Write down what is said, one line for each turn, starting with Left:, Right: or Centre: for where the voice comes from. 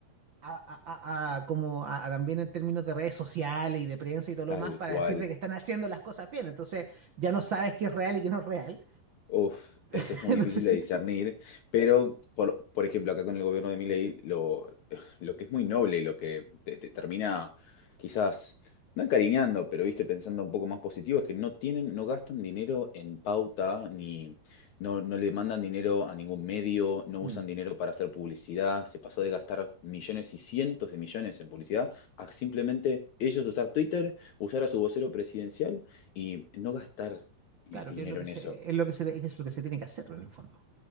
Right: A, a- a- a- como a- a también en términos de redes sociales y de prensa y todo lo
Left: Tal
Right: más para
Left: cual.
Right: decir de que están haciendo las cosas bien. Entonces ya no sabes qué es real y qué no es real.
Left: Uf,
Right: <laughs>
Left: eso es muy
Right: No
Left: difícil
Right: sé si
Left: de discernir,
Right: te-
Left: pero por, por ejemplo, acá con el gobierno de Milei, lo, <sighs> lo que es muy noble y lo que te, te termina quizás, no encariñando, pero viste, pensando un poco más positivo, es que no tienen, no gastan dinero en pauta, ni no, no le mandan dinero a ningún medio, no
Right: Mm.
Left: usan dinero para hacer publicidad, se pasó de gastar millones y cientos de millones en publicidad a simplemente ellos usar Twitter, usar a su vocero presidencial y no gastar
Right: Claro,
Left: eh, dinero
Right: que es lo que
Left: en
Right: se,
Left: eso.
Right: es lo que se, es lo que se tiene que hacer en el fondo.